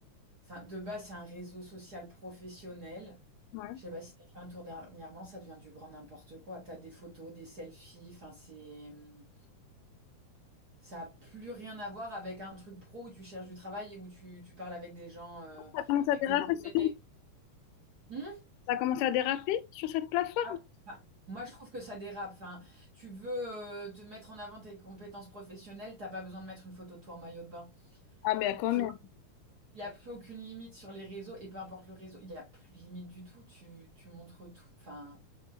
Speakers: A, on the right; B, on the left.
A: Enfin, de base, c'est un réseau social professionnel.
B: Ouais.
A: Je sais pas si tu as fait un tour dernièrement, ça devient du grand n'importe quoi. Tu as des photos, des selfies, enfin, c'est... hum, Ça n'a plus rien à voir avec un truc pro où tu cherches du travail et où tu, tu parles avec des gens, euh,
B: Ça commence
A: avec
B: à déraper
A: des collègues.
B: sur,
A: Hmm
B: ça commence à déraper sur cette plateforme.
A: Ah, ah, moi, je trouve que ça dérape. Enfin, tu veux euh, te mettre en avant tes compétences professionnelles, t'as pas besoin de mettre une photo de toi en maillot de bain.
B: Ah, mais quand
A: Tu
B: même.
A: vois, il n'y a plus aucune limite sur les réseaux et peu importe le réseau, il n'y a plus de limite du tout. Tu, tu montres tout. Enfin...